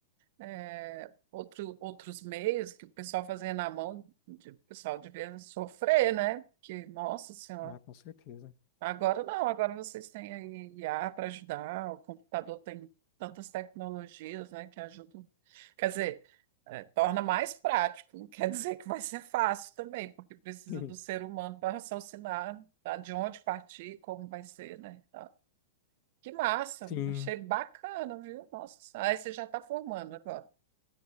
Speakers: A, on the right; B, on the left.
A: é, outro, outros meios que o pessoal fazia na mão, de- o pessoal devia sofrer, né? Que, nossa senhora.
B: Ah, com certeza.
A: Agora não, agora vocês têm aí IA para ajudar, o computador tem tantas tecnologias, né, que ajudam. Quer dizer, eh, torna mais prático, não quer dizer que vai ser fácil também, porque precisa
B: <laughs>
A: do ser humano para raciocinar, tá, de onde partir, como vai ser, né? tá. Que massa,
B: Sim,
A: achei bacana, viu? Nossa, aí você já está formando agora.